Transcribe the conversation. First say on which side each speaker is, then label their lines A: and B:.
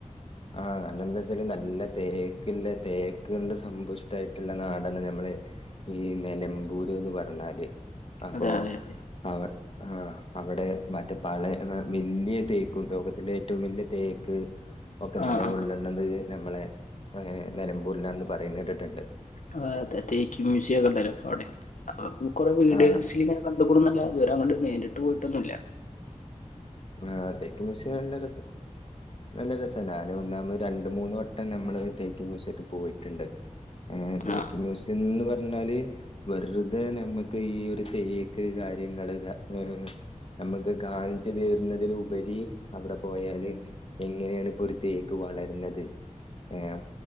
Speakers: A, on the left; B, on the left.
A: ആഹ് രണ ന്താ ച്ചാല് നല്ല തേക്ക്ല്ല തേക്ക് കൊണ്ട് സമ്പുഷ്ടായിട്ടുള്ള നാടാണ് ഞമ്മളെ ഈ നലമ്പൂര് എന്ന് പറഞ്ഞാല് അപ്പോ
B: അതെ അതെ അതെ
A: അവ ആഹ് അവിടെ മറ്റേ പഴയ വല്യ തേക്കും ലോകത്തില ഏറ്റവും വലിയ തേക്ക് ഓക്കെ
B: ആ
A: നില
B: ആ
A: കൊള്ളണത് നമ്മളെ ഏഹ് നിലമ്പൂരിലാണന്ന് പറയുന്ന കേട്ടിട്ടുണ്ട്
B: ആഹ് അതെ തേക്ക് മ്യൂസിയം ഒക്കെ ഇണ്ടല്ലോ അവിടെ കൊറെ വീഡിയോ
A: ആഹ്
B: സീനാ കണ്ടൂക്കുണൊന്നൂല്ല ഇതുവരെ അങ്ങട്ട് നേരിട്ട് പോയിട്ടൊന്നുല്ല
A: ആഹ് തേക്ക് മ്യൂസിയം നല്ല രസാ നല്ല രസാണ് ഞാൻ ഒന്നാമത് ഒരു രണ്ട് മൂന്ന് വട്ടം നമ്മള് തേക്ക് മ്യൂസിയത്ത് പോയിട്ടുണ്ട് ഏഹ് തേക്ക്
B: ആ
A: മ്യൂസിയന്ന് പറഞ്ഞാല് വെറുതെ നമ്മക്ക് ഈ ഒരു തേക്ക് കാര്യങ്ങള് ക ഏഹ് നമ്മക്ക് കാഴ് ച്ച തരുന്നതില് ഉപരി അവിടെ പോയാല് എങ്ങനെയാണ് ഇപ്പോ ഒരു തേക്ക് വളരുന്നത് ഏഹ്